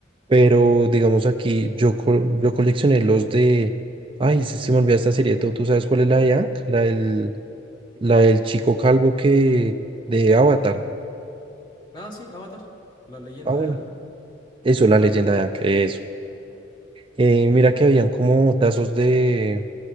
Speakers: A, on the right; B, on the left.
A: pero digamos aquí yo, col- yo coleccioné los de... Ay, se, se me olvidó esta serie. ¿Tú, tú sabes cuál es la de Hank? La del chico calvo que de Avatar.
B: Ah, sí, Avatar, la leyenda
A: Ah, bueno.
B: de Aang.
A: Eso, la leyenda de Aang, eso. Eh, mira que habían como tazos de,